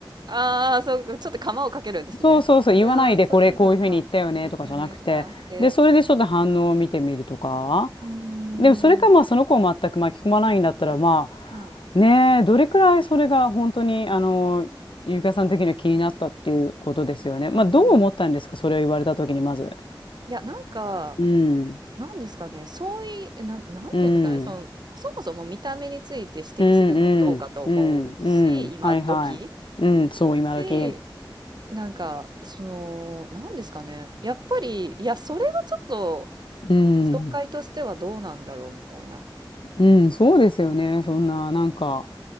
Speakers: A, on the right; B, on the left.
A: ああ、そう、ちょっと釜をかけるんですね。
B: そうそうそう、言わないで、
A: そああ、そっかそっか。
B: これこういうふうに言ったよね、
A: 言ってよね、
B: とかじゃなくて。
A: とか、で、
B: で、それでちょっと反応を見てみるとか。
A: うー
B: でもそれかまあその子を全く巻き込まないんだったらまあねえどれくらいそれが本当にあのゆうかさん的には気になったっていうことですよね。
A: ん。はい。
B: まあどう思ったんですかそれを言われた時にまず。
A: うん。いや、なんか、
B: うん。
A: なんですかね、そういう、なんか、なんていうんですかね、
B: うん。
A: その、そもそも見た目について指摘するのはどうかと思うし、
B: うんうんうんはいはいうんそう今時
A: 今時し、なんか、その、なんですかね、やっぱり、いや、それはちょっと、
B: うん
A: 紹介としてはどうなんだろうみたいな。
B: うんそうですよねそんななんか